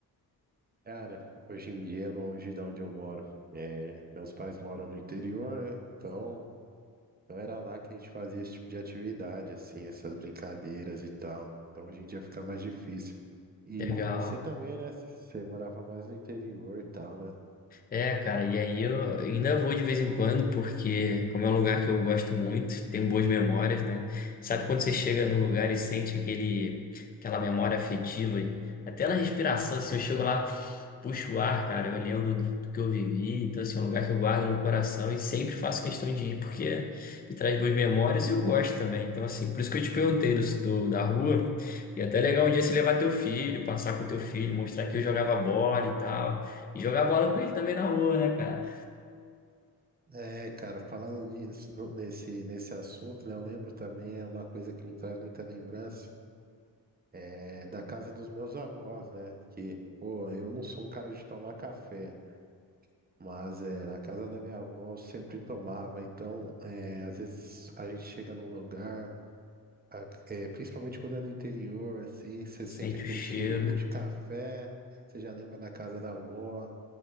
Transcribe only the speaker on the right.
Cara, hoje em dia é longe de onde eu moro. É, meus pais moram no interior, né? Então, não era lá que a gente fazia esse tipo de atividade, assim, essas brincadeiras e tal. Então, hoje em dia fica mais difícil. E
você também, né? Você morava mais no interior e tal, né?
É, cara, falando nisso, no- nesse, nesse assunto, né, eu lembro também, é uma coisa que me traz muita lembrança, é da casa dos meus avós, né? Que, pô, eu não sou um cara de tomar café, mas é, na casa da minha avó eu sempre tomava. Então, é, às vezes a gente chega num lugar, a- é, principalmente quando é no interior, assim, você sente
aquele
cheirinho de café, você já lembra da casa da avó.